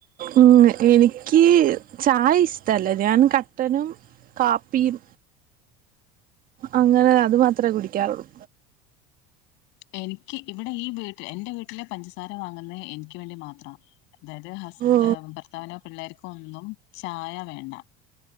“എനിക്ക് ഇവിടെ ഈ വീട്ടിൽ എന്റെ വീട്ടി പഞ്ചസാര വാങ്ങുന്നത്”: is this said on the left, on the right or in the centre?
Left